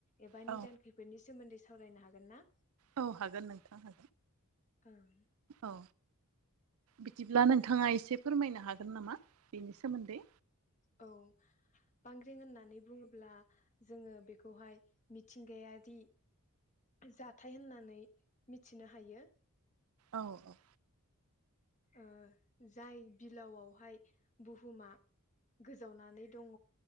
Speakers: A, on the left; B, on the right.
A: एबा
B: औ
A: निदान खैफोदनि सोमोन्दै सावरायनो हागोन ना?
B: औ हागोन नों
A: ओं
B: औ बिदिब्ला नोंथाङा एसे फोरमायनो हागोन नामा बेनि सोमोन्दै।
A: औ बांग्रिं होननानै बुङोब्ला जोङो बेखौहाय मिथिंगायारि जाथाय होननानै मिथिनो हायो।
B: औ औ
A: ओ जाय बिलावआवहाय बुहुमा गोजावनानै दङ